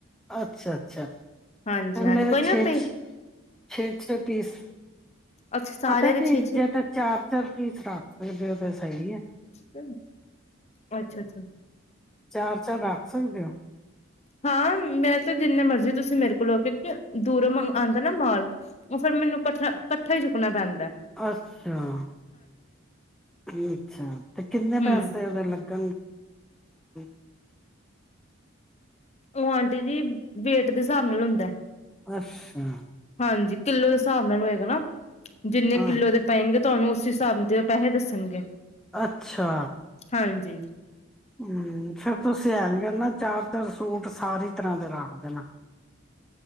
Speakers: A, in the centre; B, on the left.
A: ਅੱਛਾ, ਅੱਛਾ
B: ਹਾਂਜੀ-ਹਾਂਜੀ
A: ਫੇਰ ਮੇਰੇ
B: ਕੋਈ ਨਾ
A: ਛੇ,
B: ਭੇ
A: ਛ, ਛੇ, ਛੇ ਪੀਸ
B: ਅੱਛਾ ਸਾਰਿਆਂ
A: ਪਤਾ
B: ਦੇ
A: ਕੀ,
B: ਛੇ-ਛੇ
A: ਜੇ ਤੇ ਚਾਰ, ਚਾਰ ਪੀਸ ਰੱਖ ਲਬੇ ਓਦੇ ਚੋ ਸਈ ਐ।
B: <inaudible> ਅੱਛਾ, ਅੱਛਾ
A: ਚਾਰ, ਚਾਰ ਰੱਖ ਸਕਦੇ ਓ?
B: ਹਾਂ, ਮੇ ਤੇ ਜਿੰਨੇ ਮਰਜ਼ੀ ਤੁਸੀਂ ਮੇਰੇ ਕੋਲੋਂ ਟਿਕੇ ਦੂਰੋਂ ਮੰ ਆਂਦਾ ਨਾ ਮਾਲ। ਓ ਫੇਰ ਮੈਨੂੰ ਕੱਠ, ਕੱਠਾ ਇ ਕੱਠਾ ਹੀ ਚੁੱਕ <inaudible>
A: ਅੱਸਾ ਅ ਅੱਛਾ, ਤੇ ਕਿੰਨੇ
B: ਹੂੰ
A: ਪੈਸੇ ਓਦੇ ਲੱ <unintelligible>
B: ਓ ਆਂਟੀ ਜੀ, ਵੇਟ ਦੇ ਸ੍ਹਾਬ ਨਾਲ ਹੁੰਦੈ
A: ਅੱਛਾ
B: ਹਾਂਜੀ। ਕਿੱਲੋ ਦੇ ਸ੍ਹਾਬ ਨਾਲ ਹੋਏਗਾ ਨਾ। ਜਿੰਨੇ
A: ਆਹ
B: ਕਿੱਲੋ ਦੇ ਪਏਂਗੇ ਤੁਹਾਨੂੰ ਉਸੀ ਹਿਸਾਬ ਦੇਂ, ਓ ਪੈਹੇ ਦੱਸਨਗੇ।
A: ਅੱਛਾ।
B: ਹਾਂਜੀ।
A: ਹੂੰ, ਫਿਰ ਤੁਂਸੀ ਐਂਜ ਕਨਾ ਚਾਰ, ਚਾਰ ਸੂਟ ਸਾਰੀ ਤਰ੍ਹਾਂ ਦੇ ਰਾਖ ਦੇਨਾ।